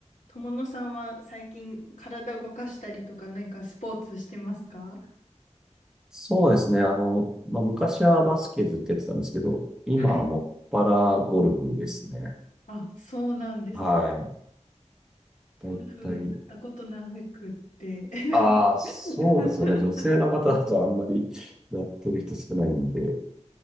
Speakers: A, on the left (about 80°); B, in the centre.
A: 友野さんは最近体動かしたりとか何かスポーツしてますか
B: そうですね。あの、まあ、昔はバスケずっとやってたんですけど、今はもっぱらゴルフですね。
A: はい。あ、そうなんですか。
B: はい。だいたい、
A: ゴルフやったことなくって。
B: ああ、そうですよね。
A: <laughs>
B: 女性の方だとあんまりやってる人少ないんで。